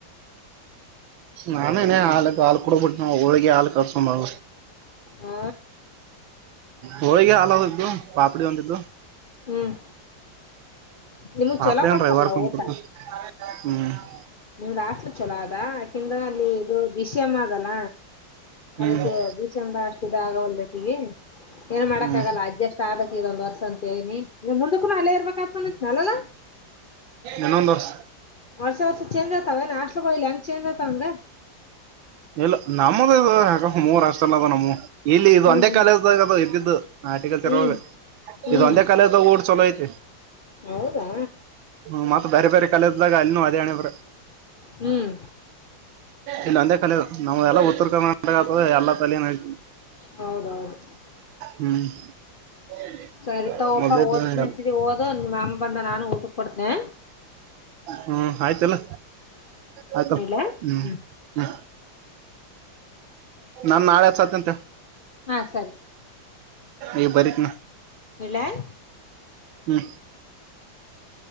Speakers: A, on the right; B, on the left.
A: ನಾನ ಇ ಹಾಲ ಹಾಲ್ ಕೊಡಬಿಟ್ಟ ನಾವವು ಹೋಳಗೆ ಹಾ ಕಟ್ಸೋ ಮಾಡ
B: ಆ
A: ಹೊಳಗೆ ಅಲು ಪಾಪಡಿ ಒಂದುಂತಿದ್ದು
B: ಹ್ಮ್ ನಿಮಗ್ ಚೊಲೋ
A: ಅಡೆಮ
B: ಕೊಡ್ತಾರಲ್ಲ
A: ರವಿವಾರ ಕನ್
B: ಊಟ
A: ಕೊತ ಹ್ಮ್
B: ಹಾಟ್ಲು ಚಛಲೋ ಅದಾ ಆಾಕಂದ ಅಲ್ಲಿ ಇದು ವಿಷಮ್ ಆಗಲ್ಲ
A: ಹ್ಮ್
B: ಅದ ಭೀಷಣ ಅಷ್ಟ ಆಗವಲ್ದಕ್ಕ ಈಗ ಏನ್ ಮಾಡಕ್
A: ಹ್ಮ್
B: ಆಗಲ್ಲ ಅಡ್ಜಸ್ಟ್ ಆಗ್ಕ್ ಇದೊಂದ್ ವರ್ಷ ಅಂತನಿ ಇ ಮುಂದ ಕೂ ಅಲ್ಲೇ ಇರ್ಬೇಕಪ್ಪ ಅಲಾ
A: ಇನ್ನೊಂದು ವರ್ಸ
B: ವರ್ಷ ವರ್ಷ ಚೇಂಜ್ ಆತಾವ ನಾಸ್ಲಲಿ ಹೆಂಗಗೆ ಚೇಂಜ್ ಆತಂಗ
A: ಇಲ್ಲ ನಮ್ಮದ ಇ ಯಕ ಮೂರ್ ಅಷ್ಟಲ್ಲ ಅದ ನಮ್ಮ ಇಲ್ಲಿ ಇ
B: ಹ್ಮ್
A: ಒಂದೇ ಕಾಲೇಜ್್ದಾಗ ಅದು ಇದ್ದಿದ್ದು ಆರ್ಟಿಕಲ್ ತಿರವಾಗ
B: ಹ್ಮ್ ಹ್ಮ್
A: ಇದು ಒಂದೇ ಕಾಲೇಜ್ದಾಗ ಊಡ್ ಚಲೋ ಇಐ
B: ಹೌದಾ
A: ಹ್ಮ ಮತ್ತ ಬೇರೆ ಬೇರೆ ಕಲದ್ದಾಗ ಅಲ್ಲಿ ಅದೇಣೆ ಬ್ರ
B: ಹ್ಮ್
A: ಇ ನಂದ ಕಲ ನಾವವು ಎಲ್ಲ ಉತ್ತರ ಕರ್ನಾಟಕ ಅ ಎಲ್ಲ ಕಲನ ಹತೀವಿ
B: ಹೌದೌದು
A: ಹ್ಮ್ <unintelligible>
B: ಸರಿತಗಪ್ಪಾ
A: ಮೊದ್ಲೇದ
B: ಓದ್ನ ಅಂತಿದಿ ಓದ ನಿಮ್ಮ ಅಮ್ಮ ಬಂದ ನಾನು ಊಟಕ್ ಕೊಡ್ತನೆ
A: ಹ್ಮ್ ಆಯ್ತಲ್ಲ ಆಯ್ತ ಹ್ಮ
B: ಇಡ್ಲಾ ಹ್ಮ್
A: ಹ್ಮ ನಾನ್ ನಾಳೆ ಹತ್ತ್ತಂತೆ
B: ಹಾ ಸರಿ
A: ಈ ಬರಿಕನ
B: ಇಡ್ಲಾ.
A: ಹ್ಮ